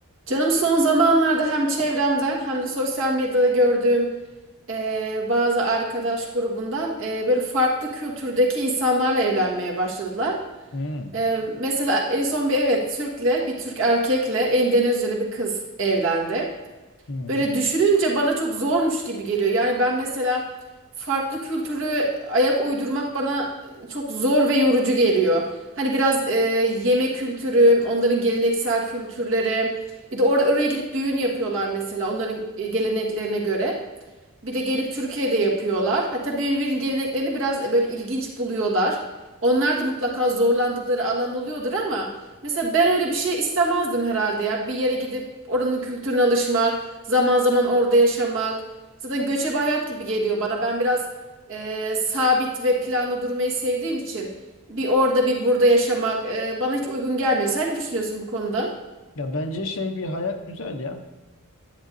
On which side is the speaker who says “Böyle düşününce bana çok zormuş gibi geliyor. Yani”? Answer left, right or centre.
Right